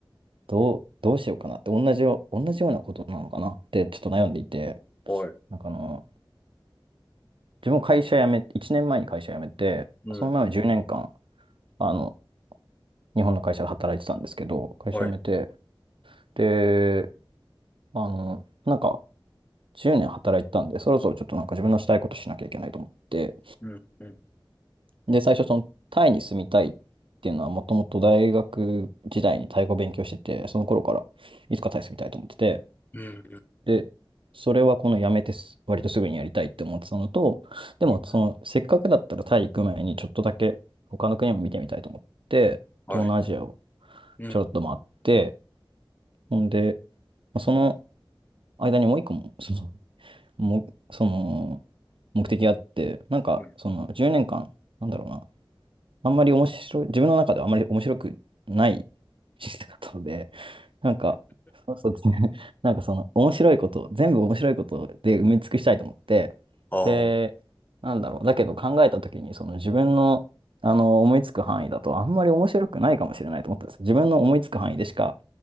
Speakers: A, on the right; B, on the left.
A: どう、どうしようかなって、同じよ、同じようなことなのかなってちょっと悩んでいて、
B: はい。
A: なんかあの、自分も会社辞め、1年前に会社辞めて、
B: うん。
A: その前は10年間、あの、日本の会社で働いてたんですけど、会社辞めて、
B: はい。
A: で、あの、なんか、10年働いてたんで、そろそろちょっとなんか自分のしたいことしなきゃいけないと思って、
B: うん。うん。
A: で、最初、その、タイに住みたいっていうのは、もともと大学時代にタイ語勉強してて、その頃からいつかタイ住みたいと思ってて、
B: うん。
A: で、それはこの辞めてす割とすぐにやりたいって思ってたのと、でも、
B: うん。うん
A: その、せっかくだったらタイ行く前に、ちょっとだけ他の国も見てみたいと思って、
B: はい。
A: 東南アジアを
B: うん。
A: ちょろっと回って、ほんで、その、間にもう一個も、その、もうその目的があって、なんか、
B: うん。
A: その10年間、なんだろうな、あんまり面白い、自分の中ではあんまり面白くない人生だったので、<laughs> なんか、そうそうですね。<laughs> なんかその面白いこと、全部面白いことで埋め尽くしたいと思って、
B: ああ、
A: で、
B: う
A: なんだろう、だけど考えた時に、その自分の、あの思いつく範囲だとあんまり面白くないかもしれないと思ったんですよ。自分の思いつく範囲でしか